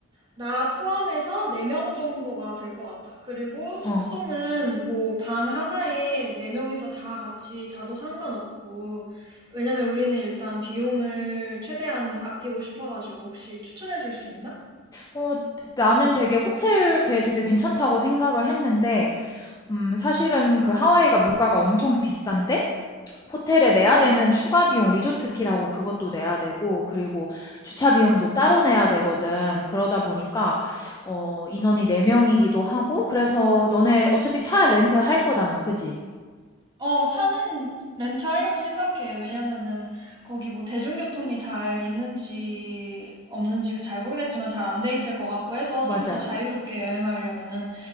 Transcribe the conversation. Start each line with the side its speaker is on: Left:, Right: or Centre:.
Right: 나 포함해서 4명 정도가 될 것 같아. 그리고 숙소는
Left: 어.
Right: 뭐 방 하나에 4명이서 다 같이 자도 상관없고, 왜냐면 우리는 일단 비용을 최대한 아끼고 싶어가지고 혹시 추천해 줄 수 있나?
Left: 어, 나는 되게 호텔 꽤 되게 괜찮다고 생각을 했는데 음, 사실은 그 하와이가 물가가 엄청 비싼데 호텔에 내야 되는 추가 비용, 리조트 피라고 그것도 내야 되고, 그리고 주차 비용도 따로 내야 되거든. 그러다 보니까, 어, 인원이 4명이기도 하고, 그래서 너네 어차피 차 렌트 할 거잖아. 그지?
Right: 어, 차는 렌트하려고 생각해. 왜냐면은 거기 뭐 대중교통이 잘 있는지 없는지 잘 모르겠지만 잘 안 돼 있을 것 같고 해서
Left: 맞아.
Right: 좀 더 자유롭게 여행하려면은